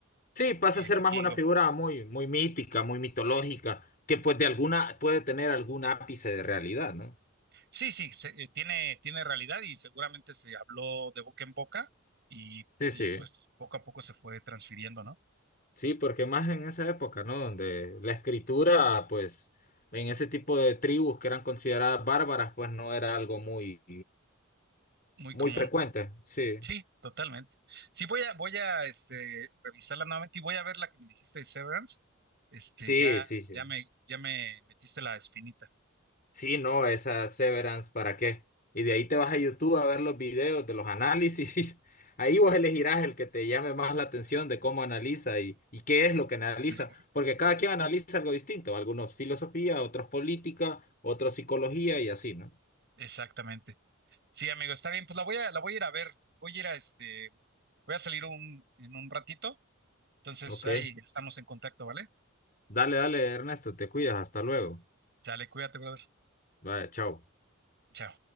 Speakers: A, on the left (about 40°); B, on the right (about 55°).
A: Sí, pasa
B: eh,
A: a ser
B: vikingo.
A: más una figura muy, muy mítica, muy mitológica, que pues de alguna, puede tener algún ápice de realidad, ¿no?
B: Sí, sí, se- eh, tiene, tiene realidad y seguramente se habló de boca en boca y,
A: Sí,
B: y,
A: sí,
B: pues poco a poco se fue transfiriendo, ¿no?
A: sí, porque más en esa época, ¿no? Donde la escritura, pues, en ese tipo de tribus que eran consideradas bárbaras, pues no era algo muy,
B: Muy
A: muy
B: común.
A: frecuente. Sí,
B: Sí, totalmente. Sí, voy a, voy a este, revisarla nuevamente y voy a ver la que me dijiste de Severance. Este,
A: sí,
B: ya,
A: sí, sí.
B: ya me, ya me metiste la espinita.
A: Sí, no, esa Severance, ¿para qué? Y de ahí te vas a YouTube a ver los videos de los análisis. <laughs> Ahí vos elegirás el que te llame más la atención de cómo analiza y, y qué es lo que analiza,
B: <laughs>
A: porque cada quien analiza algo distinto, algunos filosofía, otros política, otros psicología y así, ¿no?
B: Exactamente. Sí, amigo, está bien. Pues la voy a, la voy a ir a ver. Voy a ir a este, voy a salir un, en un ratito. Entonces
A: Ok,
B: ahí estamos en contacto, ¿vale?
A: dale, dale, Ernesto, te cuidas, hasta luego.
B: Sale, cuídate, brother.
A: Vaya, chao.
B: Chao.